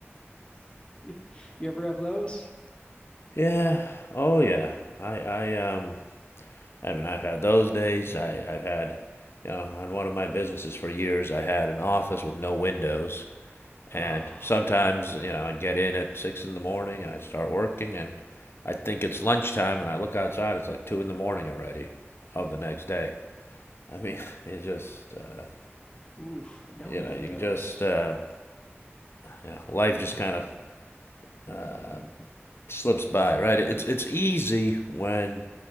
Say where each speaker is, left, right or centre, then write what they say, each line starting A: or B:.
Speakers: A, on the left (about 25°); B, on the left (about 60°).
A: <laughs> you, you ever have those?
B: Yeah. Oh yeah. I I um I mean I've had those days. I I've had you know on one of my businesses for years I had an office with no windows
A: Oh,
B: and sometimes you know I'd get in at six in the morning and I start working and I think it's lunchtime and I look outside it's like two in the morning already of the next day. I mean <laughs> it's just uh,
A: oof, no
B: you
A: windows.
B: know you just uh, you know life just kind of uh, slips by right. It's it's easy when